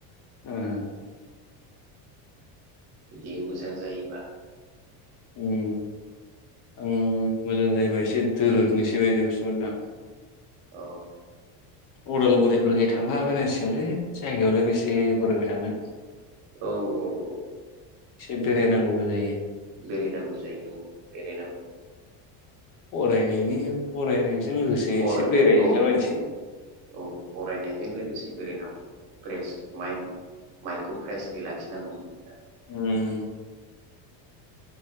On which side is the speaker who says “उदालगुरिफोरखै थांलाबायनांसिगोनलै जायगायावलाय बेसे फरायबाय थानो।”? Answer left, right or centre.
Left